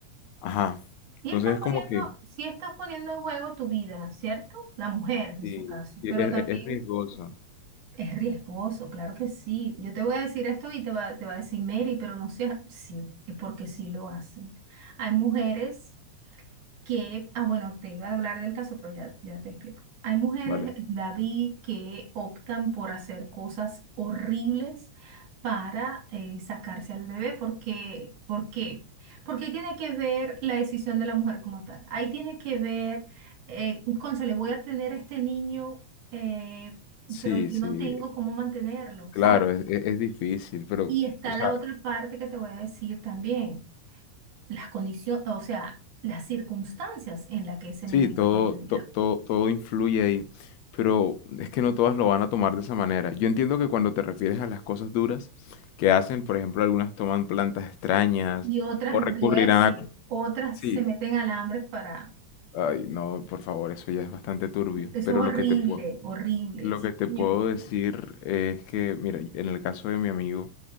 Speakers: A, on the left; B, on the right.
A: Ajá.
B: Sí
A: Entonces
B: estás
A: es
B: poniendo,
A: como que...
B: sí estás poniendo en juego tu vida, ¿cierto? La mujer en
A: Sí,
B: su caso,
A: e-
B: pero
A: e-
B: también
A: es, riesgoso.
B: es riesgoso, claro que sí. Yo te voy a decir esto y te va, te va a decir Mary, pero no seas, sí, es porque sí lo hacen. Hay mujeres que, ah, bueno, te iba a hablar del caso, pero ya, ya te explico. Hay mujeres,
A: Vale.
B: David, que optan por hacer cosas horribles para eh, sacarse al bebé. porque ¿Por qué? Porque ahí tiene que ver la decisión de la mujer como tal. Ahí tiene que ver, eh, cónchale, voy a tener este niño, eh,
A: Sí,
B: pero yo
A: sí.
B: no tengo cómo mantenerlo,
A: Claro,
B: ¿sabes?
A: es, es- es difícil, pero,
B: Y está
A: o sea,
B: la otra parte que te voy a decir también las condiciones, o sea, las circunstancias en las que ese
A: sí,
B: niño
A: todo,
B: fue concebido.
A: to- todo, todo influye ahí, pero es que no todas lo van a tomar de esa manera. Yo entiendo que cuando te refieres a las cosas duras que hacen, por ejemplo, algunas toman plantas extrañas
B: Y otras,
A: o recurrirán
B: te voy a decir,
A: a...
B: otras
A: Sí,
B: se meten alambres para...
A: ay, no, por favor, eso ya es bastante turbio,
B: Eso es
A: pero
B: horrible,
A: lo que te puedo,
B: horrible,
A: lo
B: sí,
A: que te
B: señor.
A: puedo decir es que, mira, en el caso de mi amigo,